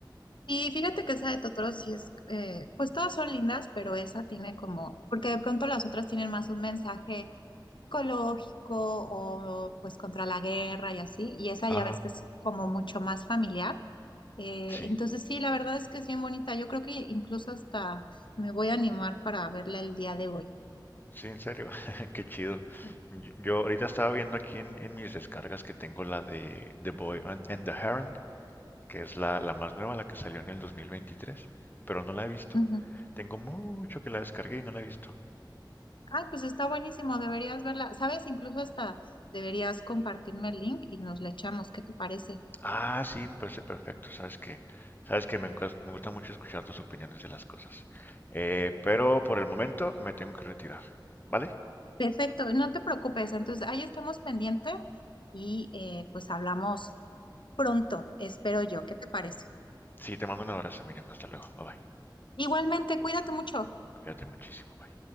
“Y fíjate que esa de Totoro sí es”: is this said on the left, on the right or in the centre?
Left